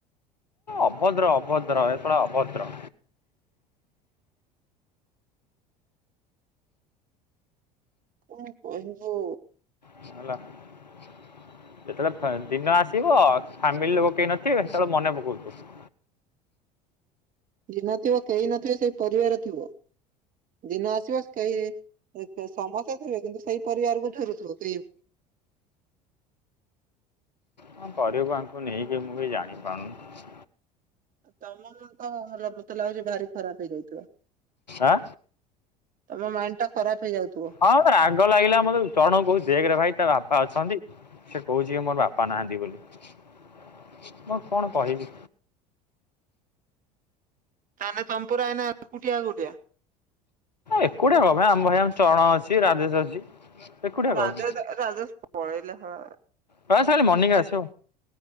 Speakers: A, on the left; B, on the right.
A: ଅଭଦ୍ର ଅଭଦ୍ର ଏ! !!!!!!!!! ଅଭଦ୍ର।
B: କଣ କହିବୁ?
A: !!!!!!!!!! ଯେତେବେଳେ ଦିନ ଆସିବ ଫ୍ୟାମିଲି ଲୋକ କେହି ନଥିବେ ସେତେବେଳେ ମନେ ପକଉଥିବୁ।
B: ଦିନଥିବ କେହି ନଥିବେ ସେଇ ପରିବାର ଥିବ। ଦିନ ଆସିବ କେହି ସମସ୍ତେ ଥିବେ କିନ୍ତୁ ସେଇ ପରିବାରକୁ ଝୁରୁଥିବୁ କେହି
A: କଣ କରିବୁ ଆଙ୍କୁ ନେଇକି ମୁଁ କିଛି ଜାଣିପାରୁନି।
B: ତମ ତ ମତେ ଲାଗୁଛି ଭାରି ଖରାପ ହେଇଯାଇଥିବ
A: ଆଁ।
B: ତମ ମାଇଣ୍ଡ ଟା ଖରାପ ହେଇଯାଉଥିବ
A: ହଁ ରାଗ ଲାଗିଲା ମୋତେ ଜଣ କହୁଚି ଦେଖରେ ଭାଇ ତା ବାପା ଅଛନ୍ତି। ସେ କହୁଛି କି ମୋର ବାପା ନାହାନ୍ତି ବୋଲି ମୁଁ କଣ କହିବି?
B: ତାହେନେ ତମେ ପୁରା ଏଇନା ଏକୁଟିଆ <unintelligible> ବୋଧେ।
A: ଏକୁଟିଆ କଣ ଭାଇ ଆମ ଭାଇ ଆମ ଚରଣ ଅଛି ରାଜେଶ ଅଛି। ଏକୁଟିଆ
B: ରାଜେଶ
A: କଣ ପାଇଁ
B: ରାଜେଶ ପଳେଇଲେ ହେ।
A: ବାସ୍ ଖାଲି ମନିକା ଆସିବ